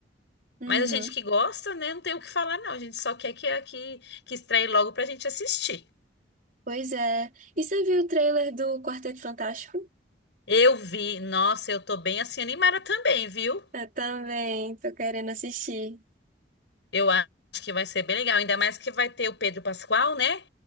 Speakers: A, on the right (about 50°); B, on the left (about 75°).
A: Uhum.
B: Mas a gente que gosta, né? Não tem o que falar, não. A gente só quer que, que, que estreie logo pra gente assistir.
A: Pois é. E você viu o trailer do Quarteto Fantástico?
B: Eu vi, nossa, eu tô bem assim animada também, viu?
A: Eu também, tô querendo assistir.
B: Eu acho que vai ser bem legal. Ainda mais que vai ter o Pedro Pascal, né?